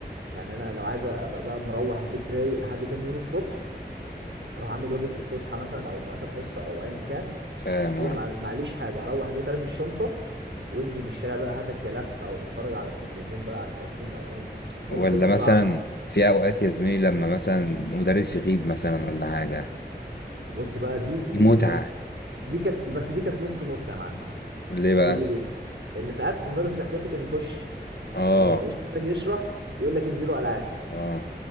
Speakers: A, on the right; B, on the left.
A: يعني انا لو عايز ابقى بقى مروح البيت رايق لحد تاني يوم الصبح اروح اعمل واجب في الفسحة مثلا او في اخر حصة او ايا كان
B: فاهم
A: كده
B: اه
A: انا مع- معليش حاجة اروح البيت ارمي الشنطة وانزل الشارع بقى هاتك يا لف او تتفرج على التلفزيون بقى على الكرتون او ايا كان. ما
B: ولا
A: كنتش
B: مثلا
A: بقعد
B: في اوقات يا زميلي لما مثلا مدرس يغيب مثلا ولا حاجة
A: بص بقى دي
B: دي
A: دي
B: متعة
A: كانت دي كانت بس دي كانت نص نص يا معلم
B: ليه بقى
A: قول لي ليه لان ساعات مدرس الاحتياطي كان يخش
B: اه
A: م- ملوش مزاج يشرح يقول لك انزلوا العاب
B: اه